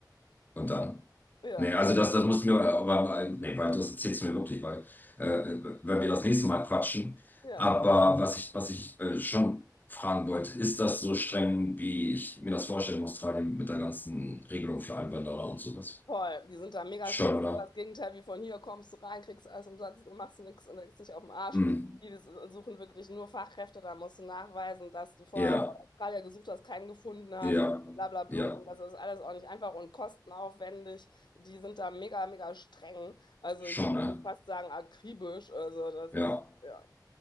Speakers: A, on the left; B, on the left.
A: Und dann?
B: ja,
A: Nee, also das, das musst du mir, aber, nee, weil das erzählst du mir wirklich, weil, äh, wenn wir das nächste Mal quatschen.
B: ja.
A: Aber was ich, was ich äh, schon fragen wollte, ist das so streng, wie ich mir das vorstelle in Australien mit der ganzen Regelung für Einwanderer und sowas?
B: Voll, die sind da mega
A: Schon,
B: streng.
A: oder?
B: Genau das Gegenteil wie von hier, kommst du rein, kriegst alles umsonst und machst nichts und legst dich auf den Arsch.
A: Hm.
B: Die s- suchen wirklich nur Fachkräfte, da musst du nachweisen, dass du vorher
A: Ja.
B: Australier gesucht hast, keinen gefunden hast,
A: Ja,
B: bla bla blub.
A: ja,
B: Und das ist alles auch nicht einfach und kostenaufwendig. Die sind da mega, mega streng. Also
A: schon,
B: ich würde
A: ne?
B: fast sagen, akribisch. Also das
A: Ja.
B: ist, ja.